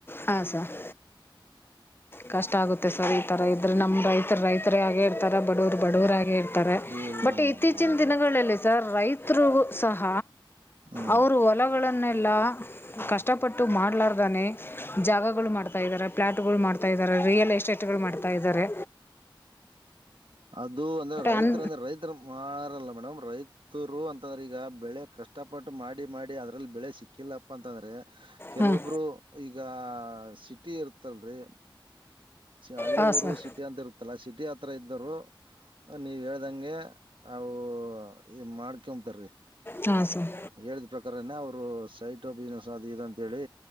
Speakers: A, on the left (about 25°); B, on the right (about 75°).
A: ಹಾ ಸರ್ ಕಷ್ಟ ಆಗುತ್ತೆ ಸರ್ ಈ ತರ ಇದ್ರೆ ನಂಬ ರೈತರ ಹಾಗೆ ಇರ್ತಾರ ಬಡವರ ಬಡವರ ಆಗೆ ಇರ್ತಾರೆ
B: ಇಲ್ಲ
A: ಬಟ್
B: ಮೇಡಮ್
A: ಇತ್ತೀಚಿನ
B: ಆಗಲ್ಲ
A: ದಿನಗಳಲ್ಲಿ ಸರ್ ರೈ ತ್ರು ಸಹ
B: ಹ್ಮ್
A: ಅವರ ಒಲಗಳನ್ನ ಎಲ್ಲ ಕಷ್ಟಪಟ್ಟು ಮಾಡಲಾರ್ದಾನೆ. ಜಾಗಗಳು ಮಾಡ್ತಾ ಇದಾರೆ ಫ್ಲ್ಯಾಟ್ಗಳು ಮಾಡ್ತಾ ಇದ್ದಾರ ರಿಯಲ್ ಎಸ್ಟೇಟ್ಗಳು ಮಾಡ್ತಾ ಇದಾರೆ.
B: ಅದು ಅಂದ್ರ ರೈತ
A: ಅನ್
B: ಅಂದ್ರ ರೈತ ಮಾರಲ್ಲ ಮೇಡಮ್ ರೈತ್ ತುರು ಅಂತಂದ್ರ ಈಗ ಬೆಳೆ ಕಷ್ಟಪಟ್ಟು ಮಾಡಿ ಮಾಡಿ ಅದ್ರಲ್ಲಿ ಬೆಳೆ ಸಿಕ್ಕಿಲ್ಲಪ್ಪ ಅಂತಂದ್ರೆ ಕೆಲವೊಬ್ರು
A: ಹಾಂ
B: ಈಗ ಸಿಟಿ ಇರ್ತಲ್ರಿ. ಹಳ್ಳಿ
A: ಹಾಂ
B: ಊರು
A: ಸರ್
B: ಸಿಟಿ ಅಂತ ಇರತ್ತಲ್ಲ ಸಿಟಿ ಆ ತರ ಇದ್ದ್ರು ನೀವ ಹೇಳ್ದಂಗೆ ಅವು ಈ ಮಾಡ್ಕೊತರಿ.
A: ಹಾಂ ಸರ್
B: ಹೇಳಿದ್ ಪ್ರಕಾರನೇ ಅವರು ಸೈಟ್ ಬಿಸ್ನಸ್ ಅದು ಇ ಅಂತ ಹೇಳಿ.